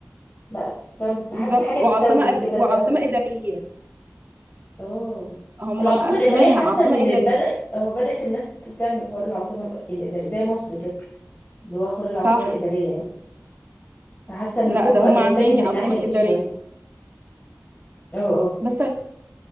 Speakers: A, on the left; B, on the right.
A: لا فاهم بس حاسه
B: بالظبط
A: حاجه
B: وعاصمة
A: تتوه
B: أد...
A: كده
B: وعاصمة
A: اللي هو
B: إدارية
A: اه
B: هم
A: العاصمه
B: مقسمينها
A: الاداريه حاسه
B: عاصمة
A: ان إن
B: إدارية
A: بدا اه بدات الناس تعمل حوار العاصمه الاداريه زي مصر كده اللي هو حوار العاصمه
B: صح
A: الاداريه يعني فحاسه ان
B: لا
A: كله
B: ده
A: بقى
B: هم
A: بيتجه
B: عاملين
A: للناحيه
B: عاصمة
A: دي
B: إدارية
A: شويه اه اه
B: بس